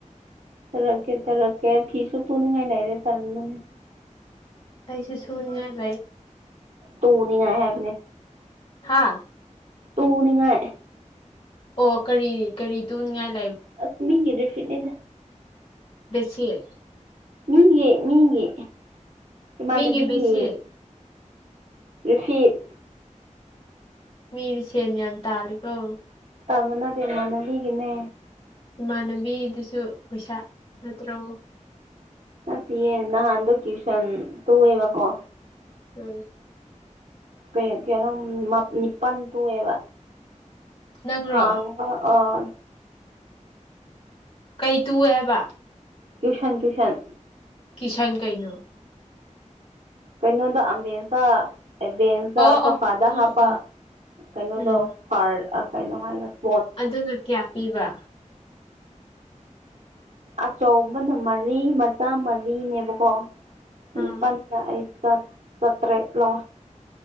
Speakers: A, on the right; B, on the left.
A: ꯇꯔꯛꯦ ꯇꯔꯛꯦ ꯐꯤꯁꯨ ꯇꯨꯅꯤꯉꯥꯏ ꯂꯩꯔꯦ ꯇꯔ ꯃ
B: ꯑꯩꯁꯦ ꯁꯨꯅꯤꯡꯉꯥꯏ ꯂꯩ
A: ꯇꯨꯅꯤ ꯑ ꯍꯥꯏꯦꯕꯅꯦ
B: ꯍꯥꯥ
A: ꯇꯨꯅꯤꯉꯥꯏ
B: ꯑꯣ ꯀꯔꯤ ꯀꯔꯤ ꯇꯅꯤꯡꯉꯥꯏ
A: ꯑꯁꯃꯤꯒꯤꯗ ꯐꯤꯗ
B: ꯁꯤꯜ
A: ꯃꯤꯒꯤ ꯃꯤꯒꯤ ꯏꯃꯥꯟꯅꯕꯤꯒꯤ
B: ꯃꯤꯒꯤ ꯕꯦꯠꯁꯤꯠ
A: ꯔꯐꯤꯠ
B: ꯃꯤꯗꯤ ꯁꯦꯅꯌꯝ ꯇꯥꯂꯤꯈꯣ
A: ꯇꯕꯅꯗ ꯏꯃꯥꯟꯅꯕꯤꯒꯤꯅꯦ
B: ꯏꯃꯥꯟꯅꯕꯤꯗꯨꯁꯨ ꯄꯩꯁꯥ ꯅꯠꯇ꯭ꯔꯛꯎ
A: ꯅꯠꯇꯦꯌꯦ ꯅꯍꯥꯟꯗꯣ ꯇ꯭ꯋꯨꯁꯟ ꯇꯣꯛꯑꯦꯕꯀꯣ
B: ꯎꯝ
A: ꯀ ꯀꯣ ꯅꯤꯄꯜ ꯇꯨꯑꯦꯕ
B: ꯅꯪꯔꯣ
A: ꯊꯥꯡ ꯑ
B: ꯀꯩ ꯇꯨꯋꯦ ꯍꯥꯏꯕ
A: ꯀꯁꯟ ꯀꯁꯟ
B: ꯁꯟ ꯀꯩꯅꯣ
A: ꯀꯩꯅꯣꯗ ꯑꯝꯕꯟꯁꯇ ꯕꯦꯟꯁꯇ
B: ꯑꯣ
A: ꯁꯣꯐꯥꯗ
B: ꯑꯣ ꯎꯝ
A: ꯍꯥꯞꯄ
B: ꯎꯝ
A: ꯀꯩꯅꯣꯗꯣ
B: ꯎꯝ
A: ꯐꯥꯔ ꯀꯩꯅꯣ ꯍꯥꯏꯔꯁꯦ
B: ꯑꯗꯨꯅ ꯀꯌꯥ ꯄꯤꯕ
A: ꯑꯆꯧꯕꯅ ꯃꯔꯤ ꯃꯆꯥ ꯃꯔꯤꯅꯦꯕꯀꯣ
B: ꯑꯥ
A: ꯄꯟꯗ ꯑꯩ ꯁꯠꯇꯦ ꯂꯣ